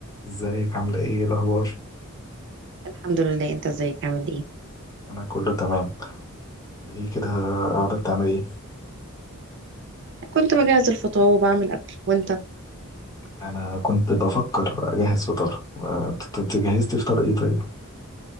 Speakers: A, on the left (about 15°); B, on the right (about 55°).
A: ازيك عاملة ايه إيه الأخبار؟
B: الحمد لله انت ازيك عامل ايه
A: أنا كله تمام، ايه كده قاعدة بتعمل ايه؟
B: كنت بجهز الفطار وبعمل اكل وانت
A: أنا كنت بفكر أجهز فطار، انت جهزتي فطار ايه طيب؟